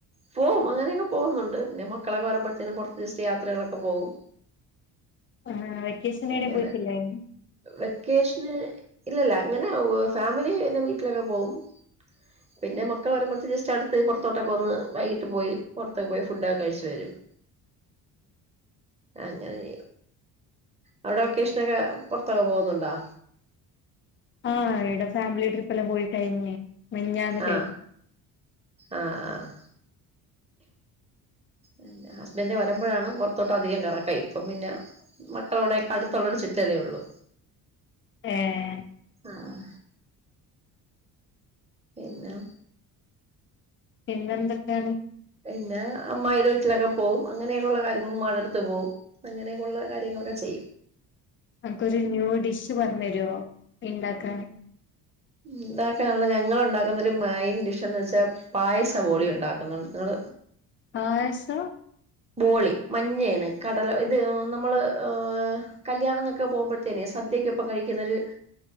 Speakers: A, on the right (about 15°); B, on the left (about 35°).
A: പോവും അങ്ങനെയൊക്കെ പോകുന്നുണ്ട് പിന്നെ മക്കളൊക്കെ വരുമ്പോഴത്തേും പുറത്ത് ജസ്റ്റ് യാത്രകളൊക്കെ പോവും
B: ആഹ് വെക്കേഷൻ എവിടെ
A: അങ്ങനെ
B: പോയിട്ടില്ലായിരുന്നു
A: വെക്കേഷന് ഇല്ലല്ല അങ്ങനെ ഫാമിലിടെ വീട്ടിലൊക്കെ പോകും
B: <inaudible>
A: പിന്നെ മക്കൾ വരുമ്പഴത്തെന് ജസ്റ്റ് അടുത്ത് പുറത്തോട്ടക്കെ ഒന്ന് വൈകിട്ട് പോയി പുറത്തൊക്കെ പോയി ഫുഡൊക്ക കഴിച്ച് വരും അങ്ങനെ ചെയ്യ അവിടെ വെക്കെഷനൊക്കെ പുറ ത്തൊക്കെ പോകുന്നുണ്ടോ
B: ആഹ് ഇടെ ഫാമിലി ട്രിപ്പ് എല്ലാം പോയി കഴിഞ്ഞ് മിനിഞ്ഞാന്ന് കഴിഞ്ഞു
A: ആഹ് ആഹ് ആഹ്
B: <inaudible>
A: പിന്ന ഹസ്ബൻഡ് വരുമ്പോഴാണ് പുറത്തോട്ടും അധികം കറക്കം ഇപ്പം പിന്നെ മക്കളോവിടയൊക്കെ അടുത്തുള്ളരു ചുറ്റലേ ഉള്ളൂ
B: ഏഹ്
A: ആഹ് പിന്നെ
B: പിന്നെന്തൊക്കെയാണ്
A: പിന്നെ അമ്മായിയുടെ വീട്ടിലൊക്കെ പോകവും അങ്ങനെയൊക്കെ ഉള്ള കാര്യങ്ങൾ ഉമ്മാടെ അടുത്ത് പോകവും അങ്ങനെയൊക്കെയുള്ള കാര്യങ്ങളൊക്കെ ചെയ്യും
B: നമക്കൊരു ന്യൂ ഡിഷ് പറഞ്ഞുരുമോ ഉണ്ടാക്കാൻ
A: ഉണ്ടാക്കാനുള്ള ഞങ്ങൾ ഉണ്ടാക്കുന്നരു മെയിൻ ഡിഷന്ന് വെച്ചാൽ പായസ ബോളി ഉണ്ടാക്കുന്നുണ്ട് നിങ്ങൾ
B: പായസം
A: ബോളി മഞ്ഞയണ് കടല ഇത് നമ്മള് ഏഹ കല്യാണങ്ങൊക്കെ പോകുമ്പോഴത്തേനെ സദ്യക്കൊപ്പം കഴിക്കുന്നൊരു